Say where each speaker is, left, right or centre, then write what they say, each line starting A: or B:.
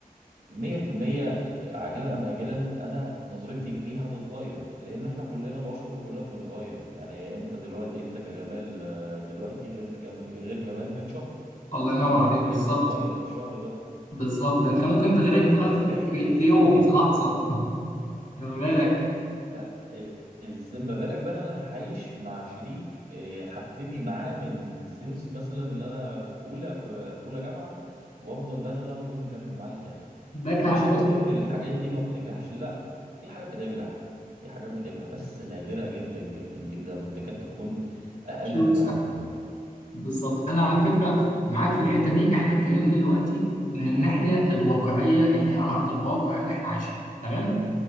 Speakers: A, on the right (about 85°); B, on the left (about 55°).
A: مية في المية عاجلا أم آجلا أنا نظرتي ليه هتتغير لأن إحنا كلنا بشر وكلنا بنتغير يعني أنت دلوقتي أنت كجمال آه، دلوقتي غير جم... غير جمال من شهر
B: الله ينور
A: أظن
B: عليك
A: تفكيرك
B: بالظبط
A: اتغير في الشهر ده
B: بالظبط ده انت ممكن تغييرك
A: فإزاي
B: يتغير في, في,
A: إزاي
B: في يوم في لحظه
A: أه
B: <laughs> خلي بالك
A: بالظبط فإزاي ما بالك بقى إن أنا هعيش مع شريك آه، هبتدي معاه من سنس مثلا اللي أنا في أولى أولى جامعة وأفضل بقى إن أنا المفروض مكمل معاه للآخر
B: ده كع-
A: مش
B: بص
A: هقول ان الحاجات دي ما بتنجحش لا في حاجات بتنجح في حاجات بتنجح بس نادرة جدا جدا جدا تكاد تكون اقل
B: شيء
A: من
B: مستحيل
A: واحد في المية
B: بالظبط انا على فكره معاك في الحته دي احنا اتكلمنا دلوقتي من الناحيه الواقعيه اللي هي على ارض الواقع اللي احنا عايشينها تمام